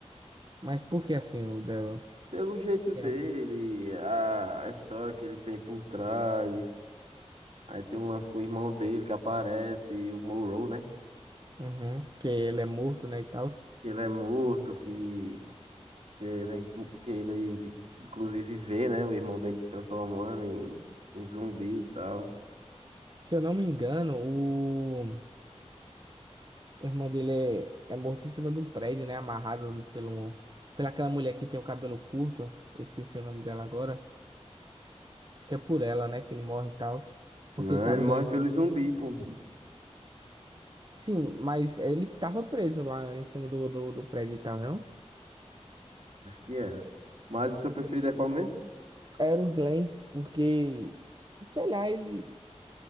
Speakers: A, on the right (about 40°); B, on the right (about 60°).
A: Mas por que assim o Daryl?
B: Pelo jeito
A: Tem
B: dele,
A: algum?
B: a a história que ele tem por trás... Aí tem umas com o irmão dele que aparece, o Monroe, né?
A: Uhum, porque ele é morto, né, e tal.
B: Que ele é morto, que, que ele, é, que ele inclusive vê, né? O irmão dele se transformando em, em zumbi e tal.
A: Se eu não me engano, o, o irmão dele é, é morto em cima de um prédio, né, amarrado pelo, pela aquela mulher que tem o cabelo curto. Eu esqueci o nome dela agora. Acho que é por ela, né, que ele morre e tal. Porque
B: Não,
A: ele tava
B: ele morre
A: dando esse...
B: pelo zumbi, pô.
A: Sim, mas ele tava preso lá em cima do, do, do prédio e tal, não?
B: Acho que é. Mas o teu preferido é qual mesmo?
A: Era o Glenn, porque, sei lá, ele